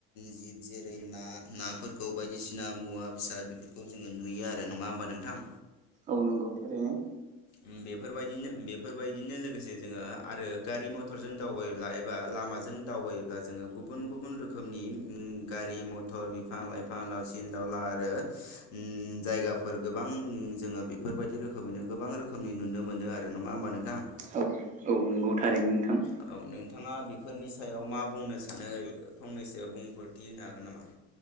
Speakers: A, on the left (about 65°); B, on the right (about 25°).
A: जिब जेरै ना नाफोरखौ बायदिसिना मुवा बेसाद बेफोरखौ खौ जोङो नुयो आरो नङा होमबा नोंथां।
B: औ नंगौ थारैनो।
A: उम बेफोरबायदिनो बेफोरबायदिनो लोगोसे जोङो आरो गारि मथरजों दावबायोब्ला एबा लामाजों दावबायोब्ला जोङो गुबुन - गुबुन रोखोमनि ओम गारि - मथर, बिफां - लाइफां दावसिन दाउला आरो उम जायगाफोर गोबां जोङो बेफोरबायदि रोखोमैनो गोबां रोखोमनि नुनो मोनो आरो नङा होमबा नोंथां।
B: औ - औ। नंगौ थारैनो नोंथां।
A: औ नोंथाङा बेफोरनि सायाव मा बुंनो सानो फंनैसो बुंफोरथि होनो हागोन नामा?